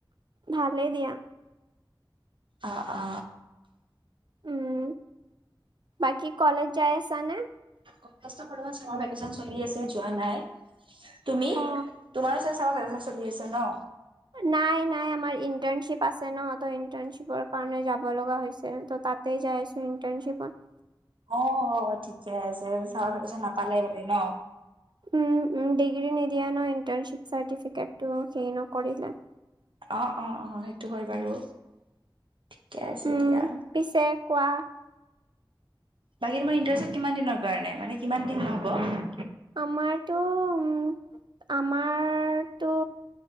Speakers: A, on the right (about 60°); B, on the right (about 80°).
A: ভালেই দিয়া
B: অ অ
A: উম বাকী কলেজ যাই আছা নে
B: কলেজ ত বৰ্তমান চামাৰ ভেকেচন চলি আছে যোৱা নাই তুমি
A: অ
B: তোমাৰো চামাৰ ভিকেচন চলি আছে ন
A: নাই নাই আমাৰ ইণ্টাৰ্ণশ্বিপ আছে ন ত ইন্টাৰ্ণশ্বিপৰ কাৰণে যাব লগা হৈছে ত তাত টেই যাইছো ইণ্টাৰ্ণশ্বিপত
B: অ ঠিকে আছে চামাৰ ভিকেচন নাপালে বোলে ন
A: উম উম ডিগ্ৰী নিদিয়ে ন ইণ্টাৰ্ণশ্বিপ চাৰ্টিফিকেটটো সেই নকৰিলে
B: অ অ অ সেইটো হয় বাৰু ঠিকে আছে
A: উম,
B: এতিয়া
A: পিছে কোৱা
B: বাকী তোমাৰ ইণ্টাৰচিপ কিমান দিনৰ কাৰণে মানে কিমান দিন নহ'ব
A: আমাৰতো উ আমাৰতো